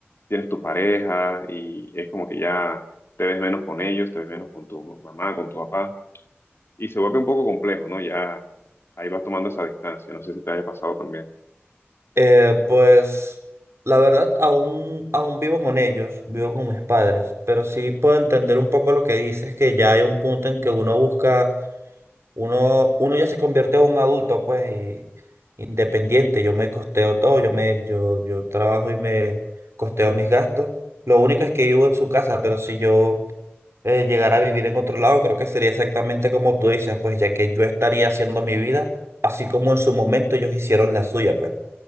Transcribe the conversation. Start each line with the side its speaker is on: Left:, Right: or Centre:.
Left: tienes tu pareja y es como que ya te ves menos con ellos, te ves menos con tu mamá, con tu papá y se vuelve un poco complejo, ¿no? Ya ahí vas tomando esa distancia, no sé si te haya pasado también.
Right: Eh, pues la verdad, aún, aún vivo con ellos, vivo con mis padres, pero sí puedo entender un poco lo que dices, que ya hay un punto en que uno busca, uno, uno ya se convierte en un adulto, pues, y independiente, yo me costeo todo, yo me, yo, yo trabajo y me costeo mis gastos. Lo único es que vivo en su casa, pero si yo eh, llegara a vivir en otro lado, creo que sería exactamente como tú dices, pues, ya que yo estaría haciendo mi vida, así como en su momento ellos hicieron la suya, pues.